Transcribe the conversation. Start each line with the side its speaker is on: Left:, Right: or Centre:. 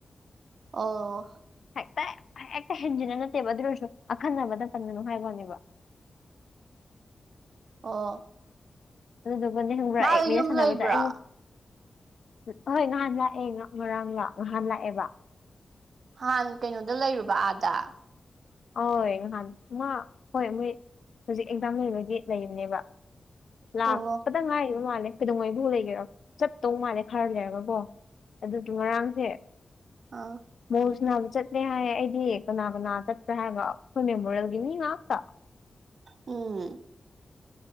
Right: ꯑꯣ
Left: ꯍꯦꯛꯇ ꯍꯦꯛꯇ ꯍꯦꯟꯖꯤꯟꯅ ꯅꯠꯇꯦꯕ ꯑꯗꯨ ꯑꯣꯢꯔꯁꯨ ꯑꯈꯟꯅꯕꯗ ꯄꯟꯒꯅꯣ ꯍꯥꯏꯕꯅꯦꯕ
Right: ꯑꯣ
Left: ꯑꯗꯨꯗꯨꯒꯅꯦ ꯈꯪꯕ꯭ꯔꯥ
Right: ꯃꯥꯗꯣ
Left: ꯑꯦꯛ ꯃꯤꯗ
Right: ꯌꯨꯝ
Left: ꯁꯥꯟꯅꯕꯗ
Right: ꯂꯩꯕ꯭ꯔꯣ
Left: ꯑꯩꯉꯣꯟ ꯍꯣꯏ ꯉꯍꯥꯟ ꯂꯥꯛꯑꯦ ꯉ ꯉꯔꯥꯡ ꯂ ꯉꯍꯥꯟ ꯂꯥꯛꯑꯦꯕ
Right: ꯍꯥꯟꯅ ꯀꯩꯅꯣꯗ ꯂꯩꯔꯨꯕ ꯑꯗꯥ
Left: ꯍꯣꯏ ꯅꯍꯥꯟ ꯉꯥ ꯍꯣꯏ ꯃꯣꯏ ꯍꯧꯖꯤꯛ ꯑꯦꯛꯖꯥꯝ ꯂꯣꯏꯕꯒꯤ ꯂꯩꯕꯅꯦꯕ ꯂꯥꯛ
Right: ꯑꯣ
Left: ꯄꯗ ꯉꯥꯏꯔꯤꯕ ꯃꯥꯜꯂ‌ꯦ ꯀꯩꯗꯧꯉꯩꯕꯨ ꯂꯩꯒꯦꯔꯣ ꯆꯠꯇꯧ ꯃꯥꯜꯂꯦ ꯈꯔ ꯂꯩꯔꯒꯀꯣ ꯑꯗꯨꯗꯤ ꯉꯔꯥꯡꯁꯦ
Right: ꯑꯥ
Left: ꯕ‌ꯣꯜ ꯁꯅꯥꯕ ꯆꯠꯂꯦ ꯍꯥꯏ ꯑꯩꯗꯤ ꯀꯅꯥ ꯀꯅꯥ ꯆꯠꯄ꯭ꯔꯥ ꯍꯥꯢꯔꯒ ꯑꯩꯈꯣꯏ ꯃꯦꯃꯣꯔꯤꯌꯦꯜꯒꯤ ꯃꯤ ꯉꯥꯛꯇ
Right: ꯎꯝ